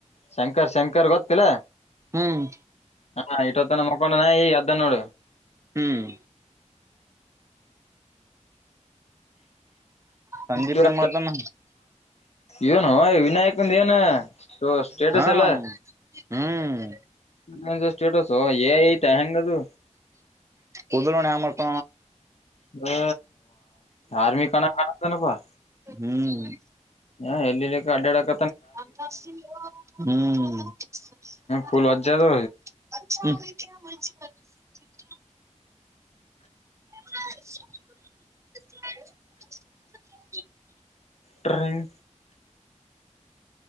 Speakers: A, on the left; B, on the right.
A: ಶಂಕರ್ ಶಂಕರ್ ಗೊತ್ತಿಲ್ಲ
B: ಹ್ಮ್
A: ಹಾ ಇಟ್ವತ್ತನ ಮಕ್ಕೊಂಡನ ಈ ಅದ್ದ ನೋಡು
B: ಹ್ಮ್ ಸಂದೀಪ
A: ಇವತ್ತು
B: ಮತಮ್ಮ
A: ಏನು ವಿನಾಯಕಂದ ಏನ ಸ್ಟೇಟಸ್
B: ಹಾ
A: ಎಲ್ಲ
B: ಹ್ಮ್
A: ಯನ್ ಸ್ಟೇಟಸ್ ಎ ಐಟ ಹೆದುು
B: ಕುದಲ ಾಮರ್ತ
A: ಅ ಆರ್ಮೀ ಕಾನ ಕಾಣತ ನ ಪ
B: ಹ್ಮ್
A: ಹಾ ಎಲ್ಲಿ ಅಡ್ಡಕ
B: ಹ್ಮ್
A: ಫುಲ್
B: <unintelligible>
A: ವಜ್ಜದು
B: ಹ
A: ಟ್ರೇನ್